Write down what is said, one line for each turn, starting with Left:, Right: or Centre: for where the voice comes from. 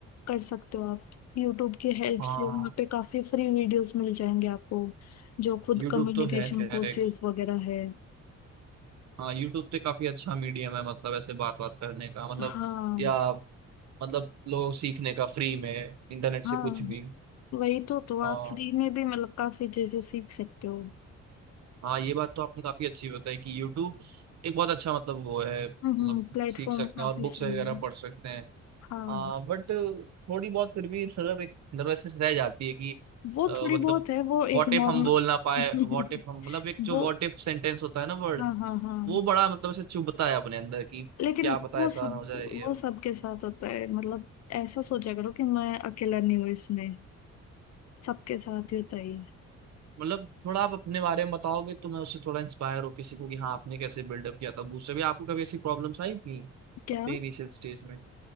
Left: कर सकते हो आप यूट्यूब की हेल्प
Right: हाँ
Left: से वहाँ पे काफी फ्री वीडियोस मिल जाएंगे आपको जो खुद
Right: यूट्यूब
Left: कम्युनिकेशन
Right: तो है खैर
Left: कोचेस
Right: एक
Left: वगैरह है
Right: हाँ यूट्यूब तो काफी अच्छा मीडियम है मतलब ऐसे बात बात करने का मतलब
Left: हाँ
Right: या मतलब लोग सीखने का फ्री में इंटरनेट से
Left: हाँ
Right: कुछ भी
Left: वही तो तो
Right: और
Left: आप फ्री में भी मतलब काफी चीजें सीख सकते हो
Right: हाँ ये बात तो आपने काफी अच्छी बताई कि यूट्यूब एक बहुत अच्छा मतलब वो है मतलब
Left: हम्म प्लेटफॉर्म
Right: सीख सकते
Left: काफी
Right: हैं और बुक्स
Left: सही
Right: वगैरह
Left: है
Right: पढ़ सकते हैं
Left: हाँ
Right: हाँ बट थोड़ी बहुत फिर भी मतलब एक नर्वसनेस रह जाती है कि
Left: वो
Right: अ,
Left: थोड़ी
Right: मतलब
Left: बहुत है वो एक
Right: व्हाट
Left: नॉर्मल
Right: इफ हम बोल ना पाए
Left: <laughs>
Right: व्हाट इफ हम मतलब एक जो
Left: वो
Right: व्हाट इफ सेंटेंस होता है ना वर्ड
Left: हाँ हाँ हाँ
Right: वो बड़ा मतलब ऐसे चुभता है अपने अंदर कि क्या
Left: लेकिन
Right: पता
Left: वो
Right: ऐसा
Left: सब
Right: ना हो जाए ये
Left: वो सबके साथ होता है मतलब ऐसा सोचा करो कि मैं अकेला नहीं हूँ इसमें सबके साथ ही होता है ये।
Right: मतलब थोड़ा आप अपने बारे में बताओगे तो मैं उससे थोड़ा इंस्पायर हो किसी को कि हाँ आपने कैसे बिल्डअप किया था बूस्ट अभी आपको कभी ऐसी प्रॉब्लम्स आई थी
Left: क्या
Right: अपने इनिशियल स्टेज में